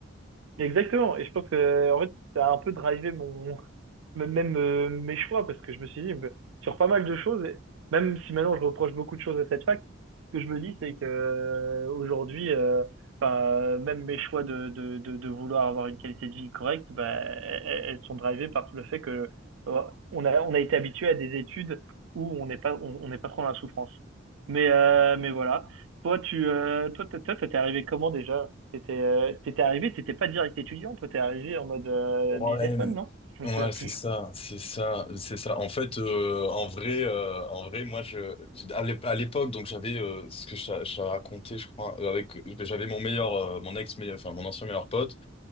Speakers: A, on the right; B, on the left.
A: Exactement. Et je pense que, en fait, ça a un peu drivé mon, <laughs> m- même euh, mes choix parce que je me suis dit, bah, sur pas mal de choses, et même si maintenant je reproche beaucoup de choses à cette fac, ce que je me dis, c'est que, euh, aujourd'hui, euh, bah, même mes choix de, de, de, de vouloir avoir une qualité de vie correcte, bah, elles, elles sont drivées par tout le fait que, euh, on a, on a été habitué à des études où on n'est pas, on, on n'est pas trop dans la souffrance. Mais, euh, mais voilà. Toi, tu, euh, toi, t'- toi, t'es arrivé comment déjà? T'étais, euh, t'étais arrivé, t'étais pas direct étudiant, toi t'es arrivé en mode euh,
B: Ouais,
A: businessman, non? Je
B: ouais,
A: me souviens plus.
B: c'est ça, c'est ça, c'est ça. En fait, euh, en vrai, euh, en vrai, moi, je, à l'ép- à l'époque, donc j'avais euh, ce que je, t'a- je t'avais raconté, je crois, euh, avec, j'avais mon meilleur, euh, mon ex, meilleur, enfin mon ancien meilleur pote,